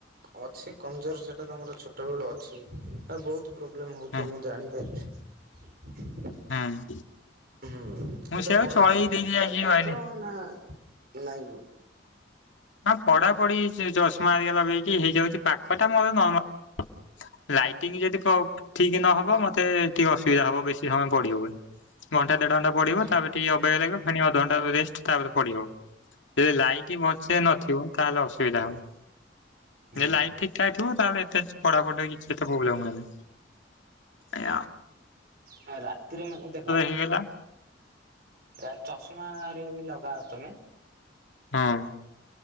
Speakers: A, on the right; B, on the left.
A: ଅଛି କମଜୋର ସେଟା ତମର ଛୋଟ ବେଳୁ ଅଛି। ଆଉ ବହୁତୁ ପ୍ରୋବ୍ଲେମ୍ ହଉଥୁବ
B: ହୁଁ
A: ମୁଁ ଜାଣିପାରୁଛି।
B: ହୁଁ।
A: ହୁଁ
B: ମୁଁ
A: ଆଛା
B: ସେଆକୁ
A: ପଢାପୁଢି
B: ଚଳେଇ ଦେଇଛି
A: ମାନେ
B: ଆଜି
A: କରିପାରୁଚ
B: ଭାବିଲି।
A: ନା ନାଇଁ ଫୁଣି
B: ହଁ ପଢା ପଢି ଚଷମା ହେରିକା ଲଗେଇକି ହେଇଯାଉଚି ପାଖଟା ମୋର ନର୍ମାଲ ଲାଇଟିଂ ଯଦି ପ ଠିକ୍ ନହବ ମତେ ଟିକେ ଅସୁବିଧା ହବ ବେଶୀ ସମୟ ପଢି ହବନି ଘଣ୍ଟା ଦେଢ ଘଣ୍ଟା ପଢିବ
A: ହଁ
B: ତାପରେ ଟିକେ ଅବାଗିଆ ଲାଗିବ ଫେଣି ଅଧ ଘଣ୍ଟା ରେଷ୍ଟ ତାପରେ ପଢ଼ିବ ଲାଇଟି ବ ସେ ନଥିବ ତାହେଲେ ଅସୁବିଧା ହବ
A: ହୁଁ
B: ଯଦି ଲାଇଟ୍ ଠିକ୍ ଥାଏ ଥିବ ତାହେଲେ ଏତେ ପଢାପଢ଼ି ରେ କିଛି ଏତେ ପ୍ରୋବ୍ଲେମ୍ ହୁଏନି ଏଇଆ।
A: ହ ରାତିରେ ମତେ ଦେଖ
B: ହେଇଗଲା
A: ପ୍ରାୟ ଚଷମାଆ ବି ଲଗାଅ ତମେ?
B: ହଁ।